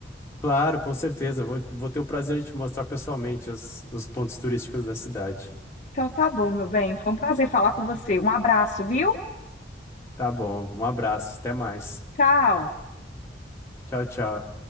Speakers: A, on the left (about 15°); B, on the left (about 40°).
A: claro, com certeza, vou, vou ter o prazer de te mostrar pessoalmente os, os pontos turísticos da cidade.
B: Então, tá bom, meu bem. Foi um prazer falar com você. Um abraço, viu?
A: Tá bom, um abraço, até mais.
B: Tchau.
A: Tchau, tchau.